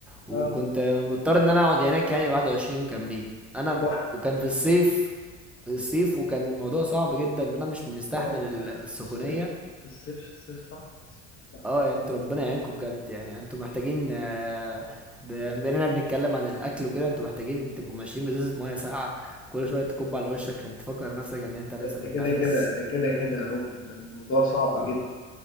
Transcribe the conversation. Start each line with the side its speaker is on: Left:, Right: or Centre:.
Centre: وكنت
Left: اه
Centre: مضطر ان انا اقعد هناك يعني 21 يوم كاملين انا م-
Left: تحفه
Centre: وكان في الصيف الصيف وكان الموضوع صعب جدا انا مش مستحمل
Left: اه
Centre: ال-
Left: لا،
Centre: السخونية
Left: لا، في الصيف في الصيف الصيف صعب في الصيف لا
Centre: اه
Left: صعب
Centre: يعني انتوا ربنا يعينكم بجد يعني انتوا محتاجين آه، ب- بما اننا بنتكلم عن الاكل وكده انتوا محتاجين تبقوا ماشيين بازازة مية ساقعة كل شوية تكب على وشك عشان تفكر نفسك ان انت لسه
Left: ده ده
Centre: بتتنفس
Left: كده كده ده كده كده يا راجل ده الموضوع صعب
Centre: اه
Left: جدا